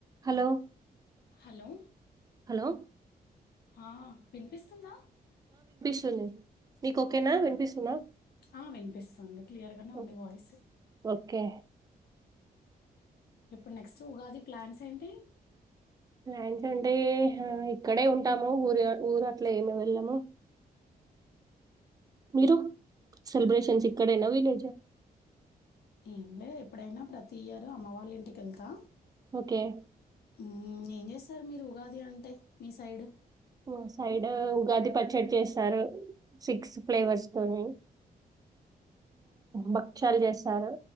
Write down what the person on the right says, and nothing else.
Hello
hello
చెల్లెవు నీకు ఓకేనా వినిపిస్తుంద
ఒ
ఒ కే
ప్లాన్స్ అంటే ఆ ఇక్కడే ఉంటాము ఊరియ ఊరు అట్ల ఏమి వెళ్ళము మీరు సెలిబ్రషన్స్ ఇక్కడేన విలేజ
ఓకే
మా సైడ్ ఉగాది పచ్చడి చేస్తారు సిక్స్ ఫ్లేవర్స్ తోని భక్ష్యాలు చేస్తారు